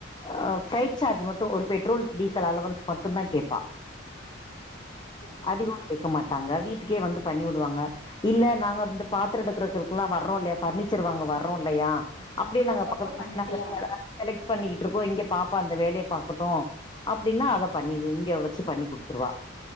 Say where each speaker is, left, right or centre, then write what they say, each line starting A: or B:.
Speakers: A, on the left (about 20°); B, on the left (about 65°).
A: ஆ பிளைட் சார்ஜ் மட்டு ஒரு பெட்ரோல் டீசல் அலவன்ஸ் மட்டுந்தா கேப்பா
B: ஓகேங்க
A: அதிகமா கேட்க மாட்டாங்க வீட்டுக்கே வந்து பண்ணிவுடுவாங்க இல்ல நாங்க வந்து பாத்துரோ எடுக்குறக்கிருக்குலா வர்றோ இல்லையா பர்னிச்சர் வாங்க வர்ரோ இல்லையா அப்டியே நாங்க
B: அப்ப
A: பக்கத்
B: அப்ப
A: <unintelligible>
B: பண்ணிக்கலா
A: செலெக்ட் பண்ணிகிட்ருக்கோ இங்க பாப்பா அந்த வேலைய பாக்கட்டூ அப்டின்னா அத பண்ணிக்கு இங்க வச்சி பண்ணி குடுத்துருவா